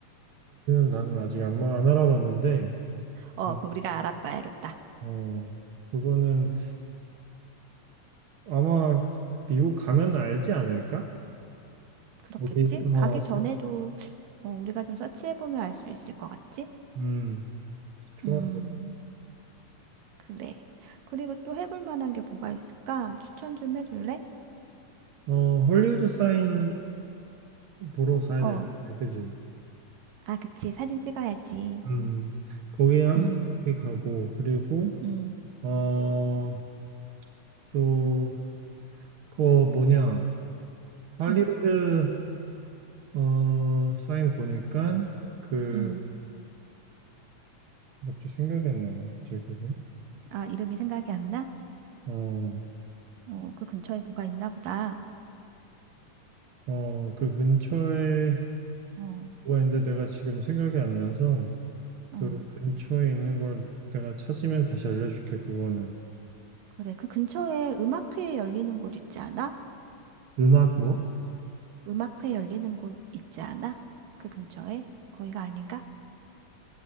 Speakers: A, on the right; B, on the right.
A: 나는 아직 안, 마- 안 알아봤는데,
B: 어,
A: 어,
B: 그럼 우리가 알아봐야겠다.
A: 어, 그거는 아마 미국 가면 알지 않을까?
B: 그렇겠지?
A: 거기 어,
B: 가기 전에도 어, 우리가 좀 서치해 보면 알 수 있을 것 같지?
A: 음, 좋아.
B: 음. 그래. 그리고 또 해볼 만한 게 뭐가 있을까? 추천 좀 해줄래?
A: 어, 헐리우드 사인 보러 가야
B: 어.
A: 될 것 같아, 그지?
B: 아, 그치. 사진 찍어야지.
A: 음, 거기 한
B: 음,
A: 거기 가고 그리고
B: 음,
A: 어, 또 그거 뭐냐? 할리우드
B: 음,
A: 어 사인 보니까 그
B: 음.
A: 갑자기 생각이 안 나냐? 갑자기 왜?
B: 아, 이름이 생각이 안 나?
A: 어,
B: 어, 그 근처에 뭐가 있나 보다.
A: 어, 그 근처에
B: 어,
A: 뭐가 있는데 내가 지금 생각이 안 나서 그
B: 어.
A: 근처에 있는 걸 내가 찾으면 다시 알려줄게, 그거는.
B: 그래. 그 근처에 음악회 열리는 곳 있지 않아?
A: 음악 뭐?
B: 음악회 열리는 곳 있지 않아? 그 근처에? 거기가 아닌가?